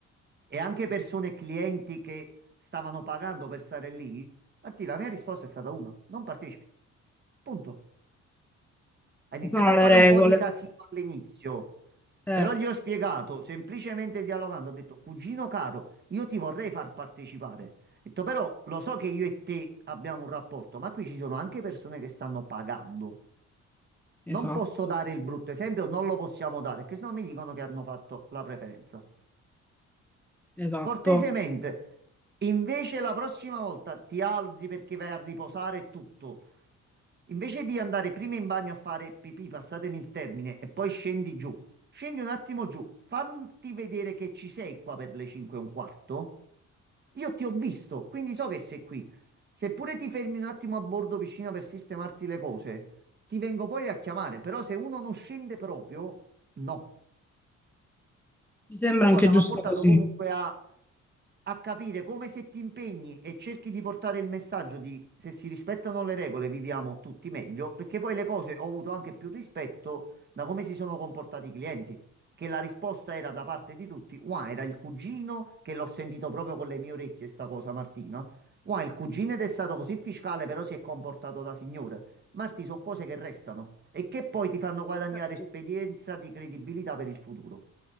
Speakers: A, on the right; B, in the centre.
A: e anche persone e clienti che stavano pagando per stare lì, Martì, la mia risposta è stata una, non partecipi. Punto. Ha iniziato
B: Ci sono
A: a fare
B: le regole.
A: un po' di casino all'inizio,
B: Eh,
A: però gli ho spiegato, semplicemente dialogando, ho detto, cugino caro, io ti vorrei far partecipare. Ho detto, però lo so che io e te abbiamo un rapporto, ma qui ci sono anche persone che stanno pagando.
B: esatto,
A: Non posso dare il brutto esempio, non lo possiamo dare, perché sennò mi dicono che hanno fatto la preferenza.
B: esatto.
A: Cortesemente, invece la prossima volta ti alzi perché vai a riposare e tutto. Invece di andare prima in bagno a fare pipì, passatemi il termine, e poi scendi giù. Scendi un attimo giù, fammi vedere che ci sei qua per le 5 e un quarto. Io ti ho visto, quindi so che sei qui. Seppure ti fermi un attimo a bordo vicino per sistemarti le cose, ti vengo poi a chiamare. Però se uno non scende proprio, no.
B: Mi sembra
A: E sta
B: anche
A: cosa
B: giusto
A: mi ha portato
B: così.
A: comunque a a capire come se ti impegni e cerchi di portare il messaggio di se si rispettano le regole viviamo tutti meglio, perché poi le cose ho avuto anche più rispetto da come si sono comportati i clienti, che la risposta era da parte di tutti, wow, era il cugino che l'ho sentito proprio con le mie orecchie sta cosa Martina, wow, il cugino ed è stato così fiscale però si è comportato da signore. Marti, sono cose che restano e che poi ti fanno guadagnare
B: Certo,
A: esperienza di credibilità per il futuro.